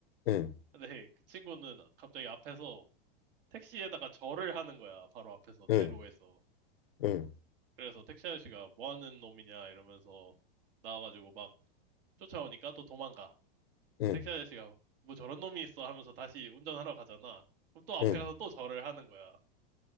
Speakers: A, on the left; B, on the right.
A: 응,
B: 근데 그 친구는 갑자기 앞에서 택시에다가 절을 하는 거야. 바로 앞에서,
A: 응,
B: 대로에서.
A: 응,
B: 그래서 택시 아저씨가 뭐 하는 놈이냐 이러면서 나와가지고 막 쫓아오니까 또 도망가. 그럼
A: 응,
B: 택시 아저씨가 뭐 저런 놈이 있어 하면서 다시 운전하러 가잖아. 그럼 또 앞에
A: 응.
B: 가서 또 절을 하는 거야.